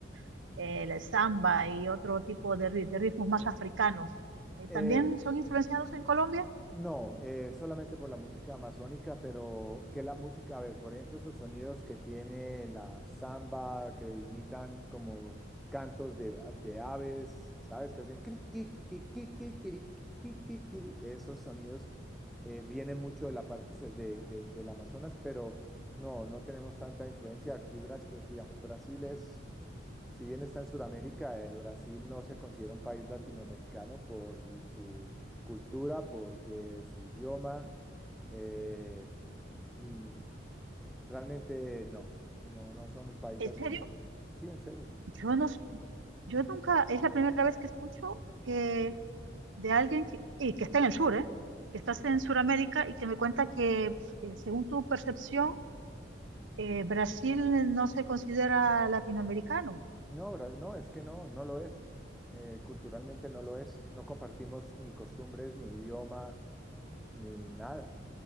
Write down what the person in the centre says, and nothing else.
Eh,
no, eh, solamente por la música amazónica, pero que la música, a ver, por ejemplo, esos sonidos que tiene la samba, que imitan como cantos de, de aves, ¿sabes? Que hacen cri, qui, qui, qui, qui, qui, quiri, qui, qui, qui, qui, quiri. esos sonidos eh, vienen mucho de la parte se- de, de- del Amazonas, pero no, no tenemos tanta influencia aquí, Bras- digamos, Brasil es si bien está en Sudamérica, eh, Brasil no se considera un país latinoamericano por su cultura, porque su idioma, eh, mm, realmente no, no, no son un país
latinoamericano.
Sí, en serio.
No, Bra- no, es que no, no lo es. Eh, culturalmente no lo es. No compartimos ni costumbres, ni idioma, ni nada.